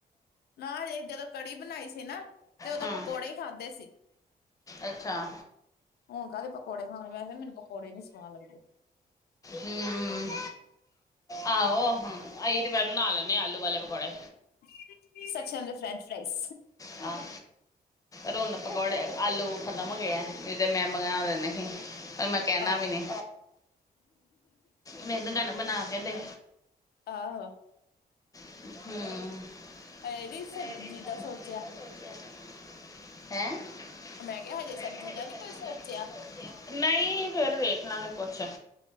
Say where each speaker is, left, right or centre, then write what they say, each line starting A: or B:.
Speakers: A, on the left; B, on the left.
A: ਨਾਜੇ ਜਦੋਂ ਕੜੀ ਬਣਾਈ ਸੀ ਨਾ ਤੇ ਉਓਦੋਂ
B: ਹੂੰ
A: ਪਕੌੜੇ ਹੀ ਖਾਂਦੇ ਸੀ।
B: ਅੱਛਾ
A: ਹੁਣ ਕਾਹਦੇ ਪਕੌੜੇ ਖਾਣੇ ਵੈਸੇ ਮੈਨੂੰ ਪਕੌੜੇ ਨੀ ਸਵਾਣ ਲੱਗਦੇ।
B: ਹਮ ਆਹੋ ਹਮ ਅਸੀਂ ਤੇ ਫ ਬਣਾ ਲੇਨੇ ਆ ਆਲੂ ਵਾਲੇ ਪਕੌੜੇ।
A: <unintelligible> ਫਰੈਂਚ ਫਾਈਸ।
B: ਹਾਂ ਰੁਣ ਪਕੌੜੇ ਆਲੂ ਖਤਮ ਹੋਗੇ ਆ। ਤੇ ਮੈ ਮੰਗਵਾ ਦੇਨੇ ਸੀ ਪਰ ਮੈ ਕਹਿਣਾ
A: ਆਹੋ
B: ਵੀ ਨੀ। ਮੈਨੂੰ ਕਹਿਨਾ ਬਣਾ ਕੇ ਦੇ।
A: ਆਹੋ
B: ਹੂੰ <unintelligible>
A: ਹਜੇ ਨੀ ਸਬਜ਼ੀ ਦਾ ਸੋਚਿਆ
B: ਹੈਂ <unintelligible>
A: ਮੈਂ ਕਿਹਾ ਹਜੇ ਸਬਜ਼ੀ ਦਾ ਨੀ ਕੋਈ ਸੋਚਿਆ
B: ਨਹੀ ਫੇਰ ਵੇਖ ਲਾਂਗੇ ਕੁਛ